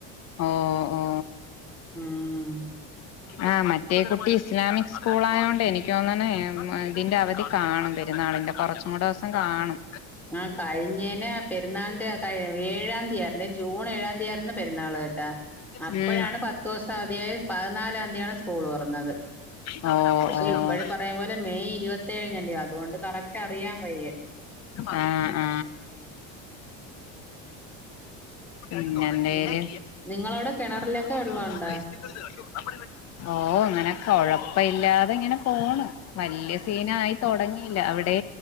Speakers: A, on the left; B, in the centre.
A: ഓ ഓ
B: ഉം ഉം
A: ആ മറ്റേ കുട്ടി ഇസ്ലാമിക് സ്കൂൾ ആയോണ്ട് എനിക്ക് തോന്നന്നെ ഇതിന്റെ അവധി കാണും പെരുന്നാളിന് പിന്നെ കുറച്ചും കൂടെ ദിവസം കാണും
B: ആ കഴിഞ്ഞേനെ പെരുന്നാളിന്റെ ഏഴാന്തിയാ പിന്നെ ജൂൺ ഏഴാം തീയതി ആയിരുന്നു പെരുന്നാളെ കേട്ടാ അപ്പോഴാണ്
A: ഉം
B: പത്തെ ദിവസം അവധായി പതിനാലാം തീയതി യാണ് സ്കൂളു തൊറന്നതെ
A: ഓ
B: പക്ഷെ
A: ഓ
B: ഇപ്പഴു പറയും പോലെ മെയ് ഇരുപത്തേ ഴിനല്ലോ അതുകൊണ്ട് കറക്റ്റ് കറിയാൻ വയ്യേ
A: ആ ആ പിന്നെ എന്തര്
B: പിന്നെ നിങ്ങളവിടെ കിണറിലൊക്കെ
A: <unintelligible>
B: വെള്ളമുണ്ടോ
A: ഓ അങ്ങനെ കൊഴപ്പയില്ലാ അതിങ്ങനെ പോണു വല്യ സീനായി തൊടങ്ങിയില്ല അവിടെ